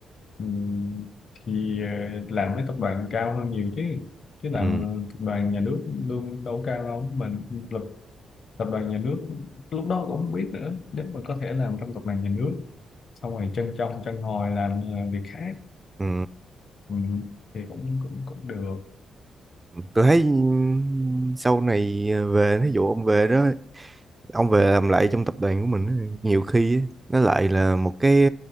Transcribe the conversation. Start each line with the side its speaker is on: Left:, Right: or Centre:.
Left: Ừ, thì ờ, làm mấy tập đoàn cao hơn nhiều chứ chứ làm
Right: ừ
Left: tập đoàn nhà nước lương đâu có cao đâu mà lập tập đoàn nhà nước lúc đó cũng không biết nữa nếu mà có thể làm trong tập đoàn nhà nước xong rồi chân trong chân hồi làm ờ, việc khác
Right: ừ
Left: ừ, thì cũng cũng cũng được
Right: tôi thấy ừ, sau này về ví dụ ông về đó ông về làm lại trong tập đoàn của mình á, nhiều khi á, nó lại là một cái